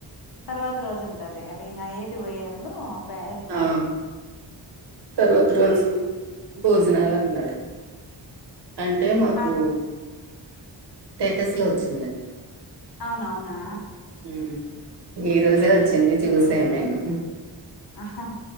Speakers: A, on the left; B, on the right.
A: తర్వాత రోజు ఉంటాది అవి ఇంగ య్యేటు పోయేటప్పుడు ఎత్తుతారు
B: ఆ తర్వాత రోజు భోజనాలు అన్నారు అంటే మాకూ
A: ఆ
B: టేటస్ లో వచ్చిందండి
A: అవునవునా
B: ఉమ్ ఈ రోజే వచ్చింది చూసాను నేను
A: ఆహా